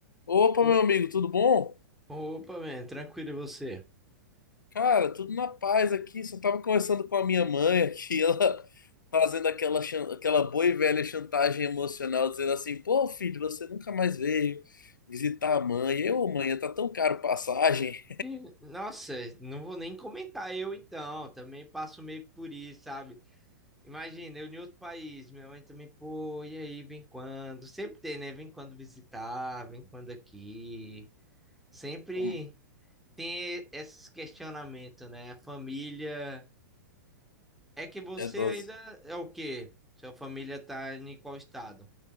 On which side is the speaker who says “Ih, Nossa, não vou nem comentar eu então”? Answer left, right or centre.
Centre